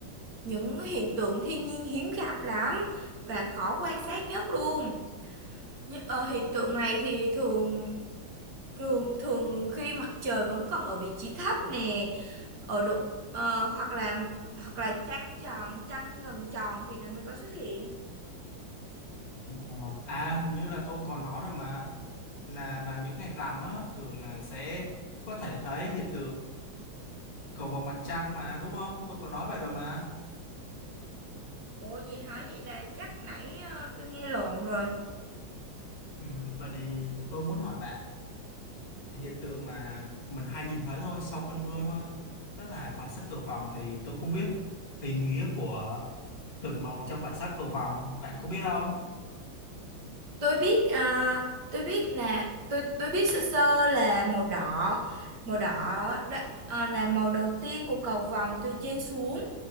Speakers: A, on the right; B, on the left.
A: những hiện tượng thiên nhiên hiếm gặp lắm và khó quan sát nhất luôn. Nh- Ờ, hiện tượng này thì thường thường thường khi mặt trời vẫn còn ở vị trí thấp nè ở độ ờ, hoặc là hoặc là trăng tròn trăng gần tròn thì nó mới có xuất hiện
B: ờ, à hình như là tôi còn nói rồi mà là vào những ngày rằm á thường là sẽ có thể thấy hiện tượng cầu vồng mặt trăng mà đúng không tôi còn nói vậy rồi mà
A: ủa gì hả vậy là chắc nãy ờ, tôi nghe lộn rồi
B: Ừ, vậy thì tôi muốn hỏi bạn hiện tượng mà mình hay nhìn thấy thôi sau cơn mưa thôi đó là bãi sắc cầu vồng thì tôi không biết ý nghĩa của từng màu trong bãi sắc cầu vồng bạn có biết không?
A: tôi biết à, tôi biết nè tôi tôi biết sơ sơ là màu đỏ màu đỏ đó, à, là màu đầu tiên của cầu vồng từ trên xuống